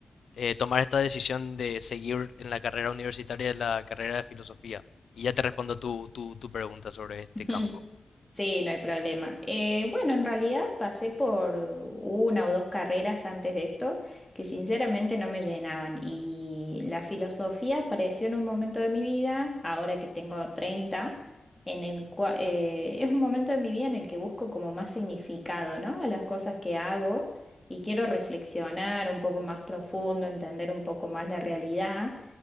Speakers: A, on the left; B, in the centre.
A: eh, tomar esta decisión de seguir en la carrera universitaria, en la carrera de filosofía. Y ya te respondo tu, tu, tu pregunta sobre este
B: Ujú.
A: campo.
B: Sí, no hay problema. Eh, bueno, en realidad pasé por una o dos carreras antes de esto que sinceramente no me llenaban y la filosofía apareció en un momento de mi vida, ahora que tengo 30, en el cual es un momento de mi vida en el que busco como más significado, ¿no? A las cosas que hago y quiero reflexionar un poco más profundo, entender un poco más la realidad.